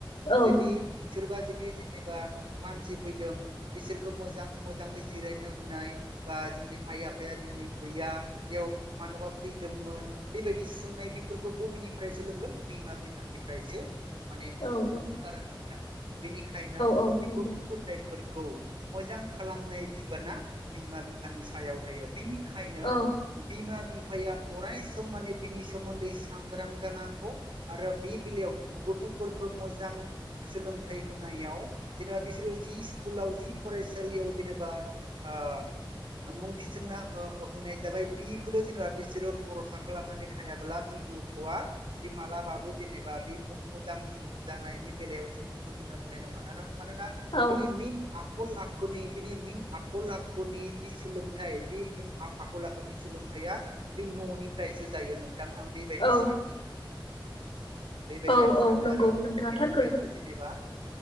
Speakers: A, on the left; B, on the right.
A: औ
B: जुदि
A: बुं।
B: सोरबा जुदि जेनेबा मानसि फैदों बिसोरखो मोजां मोजाङै जिरायनो होनाय बा जोंनि आइ आफाया दिनै गैया बेयाव मानोबा फैदोंमोन बेबायदि सोंनाय बिफोरखौ बबेनिफ्राय सोलोंगोन बिमा बिफानिफ्रायसो माने
A: औ
B: सोलोंगोन आरो नों थां बेनिखायनो
A: औ
B: बे
A: नंगौ
B: गथ' गथायफोर खौ मोजां खालामनाय बिबाना बिमा बिफानि सायाव थायो बिनि खायनो
A: औ
B: बिमा बि फाया अराय सम माने बिनि सोमोन्दै सांग्रां जानांगौ आरो बि बिलायाव गथ' फोरखौ मोजां सोलोंथाइ होनायाव जेनेबा बिसोरो जि स्कुलाव जि फरायसालियाव जेनेबा ओ ओ मुं थिसनना ओ होनाय जाबाय बिखौल' जेनेबा बिसोरो भरसा खालामनानै थायाब्ला बि गथ'वा बे मालाबाबो जेनेबा बे मु मोजां जानायनि बेलायाव जों बेखौ नुनो मोननाय नङा मानोना
A: औ
B: बिनि मेन आखल आ आखुनि बिनि मेन आखल आखुनि जि सोलोंथाइ बे मेन आ आखल आखुनि सोलोंथाइया बे न'निफ्रायसो जायो नोंथां आं बेबायदि
A: औ
B: सानो आरो नोंथां। बेबायदि
A: औ
B: आं
A: औ
B: सानो
A: नंगौ
B: आरो
A: नोंथाङा थार
B: बेनिखायनो जेनेबा